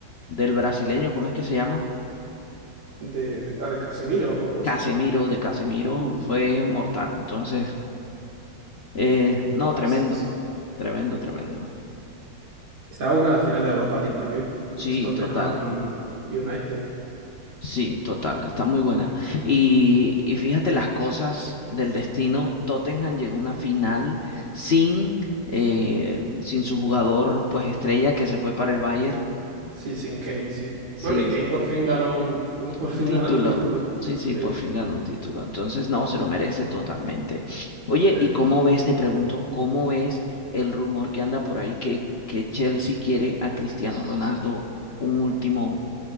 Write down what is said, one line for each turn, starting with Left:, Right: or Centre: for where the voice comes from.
Left: del brasileño, ¿cómo es que se llama?
Right: de, de, ah, de Casemiro o esto.
Left: Casemiro, de Casemiro,
Right: Mm.
Left: fue mortal. Entonces, eh, no,
Right: Ah,
Left: tremendo,
Right: sí, sí.
Left: tremendo, tremendo.
Right: Estaba buena la final de la Europa League también, porque
Left: Sí,
Right: es Tottenham
Left: total.
Right: United.
Left: Sí, total, está muy buena. Y, y fíjate las cosas del destino. Tottenham llegó a una final sin, eh, sin su jugador pues estrella que se fue para el Bayern,
Right: Sí, sin Kane, sí.
Left: sin
Right: Bueno, y Kane por fin ganó un, <laughs> por
Left: un
Right: fin
Left: título.
Right: gana un título.
Left: Sí, sí,
Right: Sí,
Left: por fin ganó un título. Entonces, no, se lo merece totalmente. Oye,
Right: sí.
Left: ¿y cómo ves, te pregunto, cómo ves el rumor que anda por ahí que, que Chelsea quiere a Cristiano Ronaldo un último,